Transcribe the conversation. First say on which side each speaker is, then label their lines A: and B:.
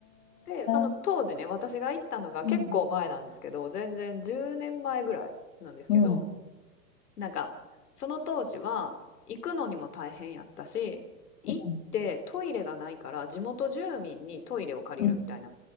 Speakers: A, on the left; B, on the left.
A: で、その当時ね、
B: ー、
A: 私が行ったのが結構前なんですけど、
B: うん。
A: 全然10年前ぐらいなんですけど、
B: うん。
A: なんか、その当時は、行くのにも大変やったし、行ってトイレがないから、
B: うん。
A: 地元住民にトイレを借りるみたいな。
B: うん